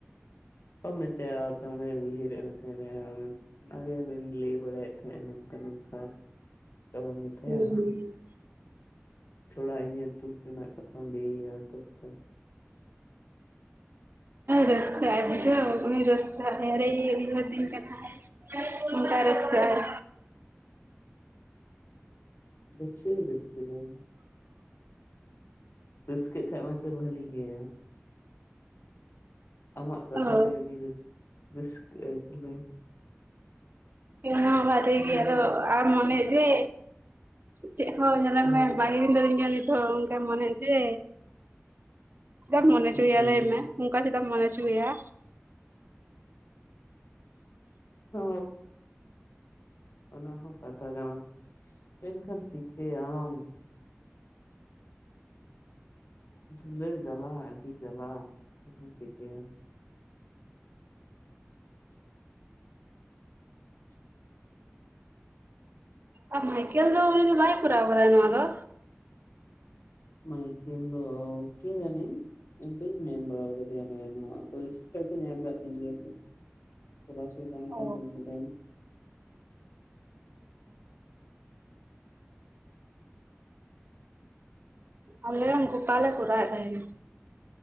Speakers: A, on the left (about 65°); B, on the right (about 50°).
A: ᱵᱟᱢ ᱢᱮᱛᱟᱭᱟ ᱟ ᱟᱢ ᱵᱟᱭ ᱩᱭᱦᱟᱹᱨᱮᱫ ᱢᱮ ᱛᱟᱦᱮᱸᱱᱮ ᱩᱱ ᱟᱵᱮᱱ ᱵᱮᱱ ᱞᱮᱭ ᱵᱟᱲᱟᱭᱮᱫ ᱛᱟᱦᱮᱸ ᱱᱚᱝᱠᱟ ᱱᱚᱝᱠᱟ ᱟᱫᱚ ᱵᱟᱢ ᱢᱮᱛᱟᱭᱟ
B: ᱦᱩᱸ
A: ᱛᱷᱚᱲᱟ ᱤᱧᱟᱹᱜ ᱫᱩᱠᱷ ᱨᱮᱱᱟᱜ ᱠᱟᱛᱷᱟᱢ ᱞᱟᱹᱭᱟ ᱛᱚᱵᱮ ᱛᱚ ᱦᱩᱸ
B: ᱨᱟᱹᱥᱠᱟᱹᱜ ᱵᱩᱡᱷᱟᱹᱣ ᱩᱱᱤ ᱨᱟᱹᱥᱠᱟᱹᱜ ᱮᱸᱰᱮ ᱮ ᱩᱭᱦᱟᱹᱨ ᱫᱤᱧ ᱠᱟᱱᱟᱭ ᱚᱱᱠᱟᱭ ᱨᱟᱹᱥᱠᱟᱹᱜ-ᱟᱭ
A: ᱫᱚ ᱪᱮᱫ ᱤᱧ ᱨᱟᱹᱥᱠᱟᱹ ᱞᱟᱹᱭ ᱢᱮ ᱨᱟᱹᱥᱠᱟᱹᱜ ᱠᱷᱟᱡ ᱢᱟᱪᱚ ᱵᱷᱟᱹᱞᱤ ᱜᱮ ᱟᱢᱟᱜ ᱠᱟᱛᱷᱟᱛᱮ
B: ᱚ
A: ᱩᱱᱤ ᱨᱟᱹᱥᱠᱟᱹᱜ ᱟᱭ ᱛᱟᱦᱚᱞᱮ
B: ᱚᱱᱟ ᱵᱟᱨᱮ
A: ᱦᱚᱸ
B: ᱜᱮ ᱟᱫᱚ ᱟᱢ ᱢᱚᱱᱮᱭᱮᱜ ᱡᱮ ᱪᱮᱫ ᱦᱚᱸ ᱧᱮᱞ
A: ᱦᱩᱸ
B: ᱢᱮ ᱵᱟᱭ ᱫᱩᱞᱟᱹᱲᱤᱧ ᱜᱮᱭᱟ ᱱᱤᱛ ᱦᱚᱸ ᱚᱱᱠᱟ ᱢᱚᱱᱮ ᱡᱮ ᱪᱮᱫᱟᱢ ᱢᱚᱱᱮ ᱦᱚᱪᱚᱭᱮᱭᱟ
A: ᱦᱩᱸ
B: ᱞᱟᱹᱭ ᱢᱮ᱾ ᱚᱱᱠᱟ ᱪᱮᱫᱟᱢ ᱢᱚᱱᱮ ᱦᱚᱪᱚ ᱟᱭᱟ
A: ᱚ ᱚᱱᱟ ᱦᱚᱸ ᱠᱟᱛᱷᱟ ᱠᱟᱱᱟ᱾ ᱮᱱ ᱡᱚᱠᱷᱟᱱ ᱪᱤᱠᱟᱹᱭᱟᱢ ᱫᱩᱞᱟᱹᱲ ᱡᱟᱞᱟ ᱟᱹᱰᱤ ᱡᱟᱞᱟ ᱪᱮᱫᱤᱧ ᱪᱤᱠᱟᱹᱭᱟ <inaudible> <inaudible>
B: ᱟᱨ ᱢᱟᱭᱠᱮᱞ ᱫᱚ ᱩᱱᱤ ᱫᱚ ᱵᱟᱭ ᱠᱚᱨᱟᱣ ᱠᱟᱫᱟᱭ ᱱᱚᱣᱟ ᱫᱚ?
A: ᱢᱟᱭᱠᱮᱞ ᱫᱚ ᱠᱮ ᱡᱟᱱᱮ ᱤᱧ ᱵᱟᱹᱧ ᱢᱮᱱ ᱵᱟᱲᱟ ᱠᱟᱫᱮᱭᱟ ᱢᱮ ᱦᱚᱸ ᱥᱴᱮᱴᱟᱥ ᱮ ᱧᱮᱞ ᱠᱟᱫ ᱛᱤᱧ ᱜᱮᱭᱟ ᱠᱚᱨᱟᱣ ᱦᱚᱪᱚᱭᱮ ‌ᱠᱟᱱ ᱵᱟᱹᱧ
B: ᱚ
A: ᱵᱟᱰᱟᱭᱟᱧ
B: ᱟᱞᱮ ᱦᱚᱸ ᱜᱟᱯᱟ ᱞᱮ ᱠᱚᱨᱟᱣᱮᱫ ᱛᱟᱦᱮᱸᱱᱟ᱾